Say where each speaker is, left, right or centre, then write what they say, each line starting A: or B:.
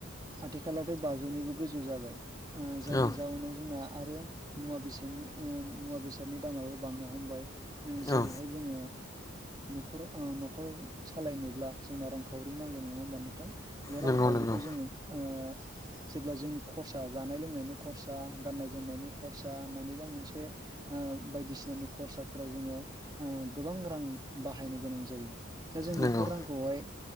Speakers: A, on the right (about 20°); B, on the left (about 15°).
A: आथिखालावथ' बाजौनिबो गोजौ जाबाय ओ जायनि
B: औ
A: जाउनाव जोंना आरो मुवा बेसादनि ओ मुवा बेसादनि दामाबो बांनो हमबाय ओ जेरैहाय
B: औ
A: जोङो न'खर ओ न'खर सालायनोब्ला जोंना रांखावरि नांगौ नङा होमबा नोंथां? बे
B: नंगौ
A: रांखावरिखौ
B: नंगौ
A: जोङो ओ जेब्ला जोंनि खरसा जानाय लोंनायनि खरसा गाननाय जोमनायनि खरसा मानिबा मोनसे ओ बायदिसिनानि खरसाफोराव जोङो ओ गोबां रां बाहायनो गोनां जायो। दा जों
B: नंगौ
A: बेफोर रांखौहाय